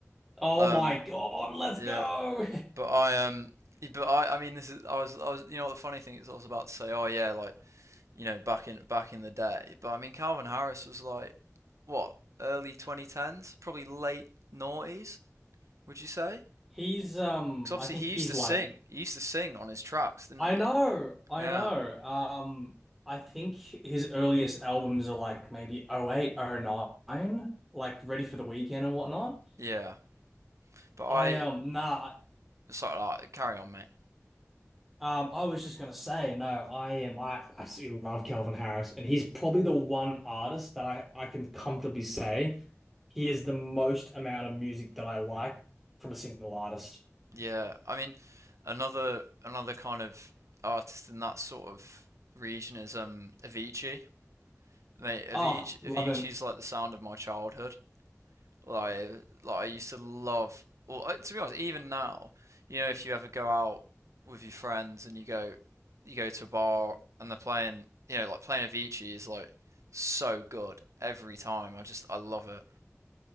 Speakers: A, in the centre; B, on the right (about 75°).
A: Oh
B: Um,
A: my God, let's
B: yeah,
A: go.
B: but I um, yeah, but I, I mean, this is I was, I was, you know, the funny thing is, I was about to say, oh yeah, like you know, back in back in the day. But I mean, Calvin Harris was like what early 2010s, probably late noughties, would you say?
A: <laughs> He's um
B: Because obviously
A: I think
B: he
A: he's
B: used to
A: like
B: sing, he used to sing on his tracks, didn't
A: I know,
B: he?
A: I
B: Yeah,
A: know. Um I think his earliest albums are like maybe oh eight, oh nine, like Ready for the Weekend and whatnot.
B: yeah. But I,
A: I um nah
B: sorry, like, carry on, mate.
A: Um, I was just gonna say, no, I am. I absolutely love Calvin Harris, and he's probably the one artist that I I can comfortably say he is the most amount of music that I like from a single artist.
B: Yeah, I mean, another another kind of artist in that sort of region is um Avicii. Mate, Avicii
A: Oh, love
B: Avicii's
A: him!
B: like the sound of my childhood. Like like I used to love. Well, I- to be honest, even now, you know, if you ever go out with your friends and you go you go to a bar and they're playing, you know, like playing Avicii is like so good every time. I just I love it.